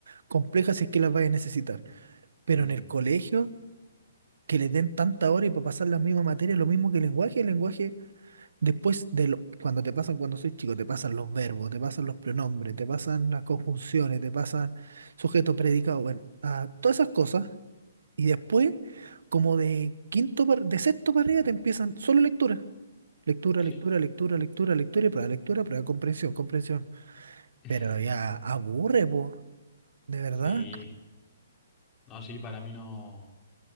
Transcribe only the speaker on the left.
Mm,
sí,
<laughs>
sí. No, sí, para mí no.